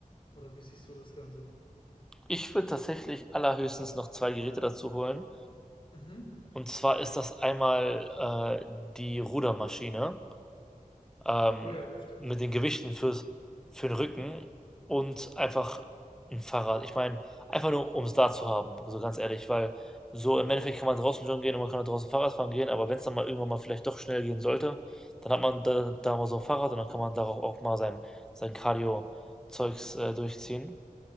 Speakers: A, on the left; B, in the centre.
A: Oder wie siehst du das Ganze?
B: Ich würde tatsächlich allerhöchstens noch 2 Geräte dazu holen.
A: Mhm.
B: Und zwar ist das einmal, äh, die Rudermaschine, ähm,
A: Oh ja, das stimmt.
B: mit den Gewichten fürs für den Rücken und einfach ein Fahrrad. Ich meine, einfach nur, um's da zu haben, so ganz ehrlich, weil so im Endeffekt kann man draußen joggen gehen und man kann auch draußen Fahrrad fahren gehen, aber wenn es dann mal irgendwann mal vielleicht doch schnell gehen sollte, dann hat man da da mal so ein Fahrrad und dann kann man darauf auch mal sein sein Cardio-Zeugs, äh, durchziehen.